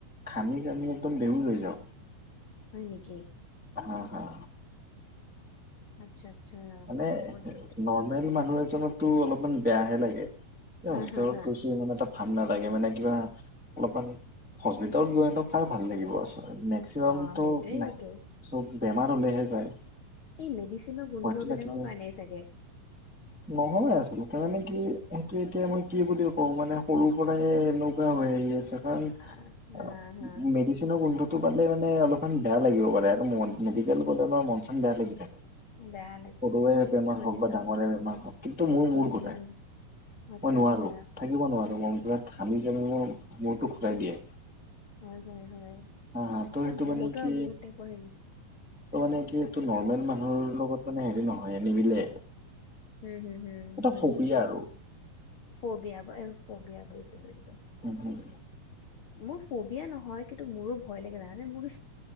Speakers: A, in the centre; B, on the left (about 75°).
A: ঘামি যামি একদম বেহুজ হৈ যাওঁ,
B: হয় নেকি
A: হা হা।
B: আচ্ছা, আচ্ছা।
A: মানে
B: বহুত দিগদাৰ
A: নৰ্মেল মানুহ এজনতো অলপমান বেয়াহে লাগে। এই
B: হা
A: হস্পিটেলত
B: হা হা
A: গৈছো- মানে এটা ভাল নালাগে মানে কিবা অলপমান- হস্পিটেলত গৈ নো কাৰ ভাল লাগিব, আচলতে মেক্সিমামটো
B: অ সেইটোয়েইটো
A: নাই। চব বেমাৰ হলেহে যায়।
B: এই মেডিচিনৰ গোন্ধ
A: ভয়তো লাগিবই।
B: বিলাকৰ কাৰণেই চাগে।
A: নহয় আচলতে মানে কি সেইটো এতিয়া মই কি বুলি কওঁ মানে সৰু পৰাই এনেকুৱা হৈ আহি আছে। কাৰ মেডিচিন-
B: আচ্ছা, হা হা
A: মেডিচিনৰ গোন্ধটো পালে মানে অলপমান বেয়া লাগিব পাৰে আৰু মেডিকেল গলে অলপ মন চন বেয়া লাগি থাকে।
B: বেয়া লাগে।
A: সৰুৱে
B: বুজিছো
A: বেমাৰ
B: বুজিছো
A: হও‍ঁক বা ডাঙৰে বেমাৰ হওঁক কিন্তু মোৰ মূৰ
B: উম হম
A: ঘূৰাই,
B: হম আচ্ছা
A: মই নোৱাৰো।
B: আচ্ছা
A: থাকিব নোৱাৰোঁ মনটোৱে ঘামি যে মোৰ মূৰটো ঘূৰাই দিয়ে।
B: হয় হয় হয়
A: অঁ হা ত সেইটো
B: এই বহুতৰ
A: মানে কি?
B: বহুত টাইপৰ হেৰি
A: ত মানে কি এইটো নৰ্মেল মানুহৰ লগত মানে হেৰি নহয় নিমিলে।
B: উম হম হম
A: এটা
B: বুজিছো
A: ফবিয়া আৰু।
B: ফবিয়া ফবিয়া বুজিছো বুজিছো।
A: উম, হুম।
B: মোৰ ফবিয়া নহয় কিন্তু মোৰো ভয় লাগে জানানে মোৰ